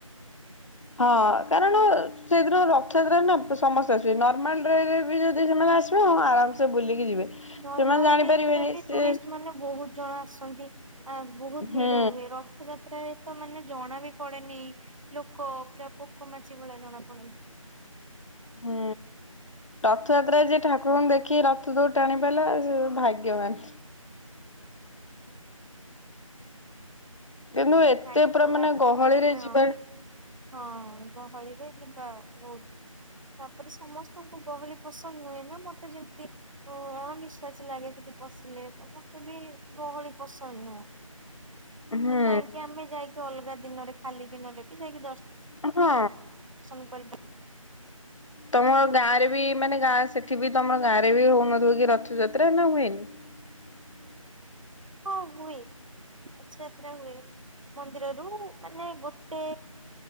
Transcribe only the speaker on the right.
ନର୍ମାଲ
ଡେଜ୍ ରେ ବି
ଟୁରିଷ୍ଟ ମାନେ ବହୁତ ଜଣ ଆସନ୍ତି ଆ ବହୁତ
ଭିଡ ହୁଏ। ରଥଯା ତ୍ରା ରେ ତ ମାନେ ଜଣା ବି ପଡେନି ଲୋକ ପୁରା ପୋକ ମାଛି ଭଳିଆ ଜଣା ପଡନ୍ତି।
ଭାଗ୍ୟବାନ୍
ଅଁ
ଅଁ ଗହଳିରେ ଖିବା ବହୁତ୍। ତାପରେ ସମସ୍ତଙ୍କୁ ଗହଳି ପସନ୍ଦ ନୁହେଁ ନା ମତେ ଯେମିତି ଅ ଅଣନିଶ୍ୱାସୀ ଲାଗିଥାଏ। ପଶିଲେ ତମକୁ ତେନି ଗହଳି ପସନ୍ଦ ନୁହଁ।
ତ କାଇଁକି ଆମେ ଯାଇକି ଅଲଗା ଦିନରେ ଖାଲି ଦିନରେ ବି ଯାଇକି ଦର୍
ସନ୍ କରିକି।
ହଁ ହୁଏ। ଯାତ୍ରା ହୁଏ ମନ୍ଦିରରୁ ମାନେ ଗୋଟେ